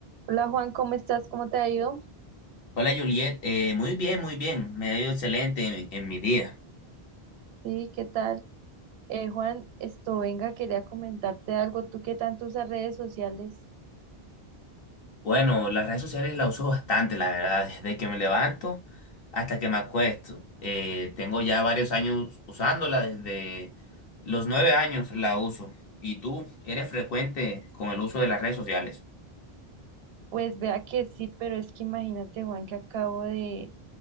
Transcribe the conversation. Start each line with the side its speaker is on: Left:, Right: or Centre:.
Right: Hola Juan, ¿cómo estás? ¿Cómo te ha ido?
Left: Hola Juliet, Eh, muy bien, muy bien, me ha ido excelente en, en mi día.
Right: Sí, ¿qué tal? Eh, Juan, esto venga, quería comentarte algo. ¿Tú qué tanto usas redes sociales?
Left: Bueno, las redes sociales las uso bastante, la verdad, desde que me levanto hasta que me acuesto. Eh, tengo ya varios años usándola, desde los nueve años la uso. ¿Y tú eres frecuente con el uso de las redes sociales?
Right: Pues vea que sí, pero es que imagínate, Juan, que acabo de,